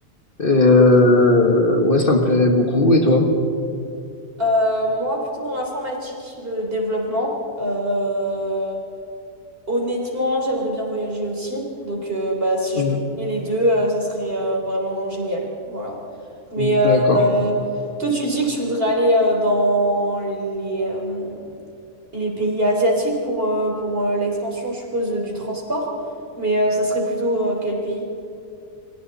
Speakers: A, on the left; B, on the right.
A: Et, euh, ouais, ça me plairait beaucoup. Et toi?
B: Euh, moi, plutôt dans l'informatique, le développement. Euh, honnêtement, j'aimerais bien voyager aussi. Donc, euh, bah, si je
A: Mm.
B: peux lier les deux, euh, ça serait euh, vraiment génial. Voilà. Mais
A: D'accord.
B: euh, euh, toi, tu dis que tu voudrais aller euh, dans les, euh, les pays asiatiques pour, euh, pour euh, l'expansion, je suppose, du transport. Mais euh, ça serait plutôt euh, quel pays?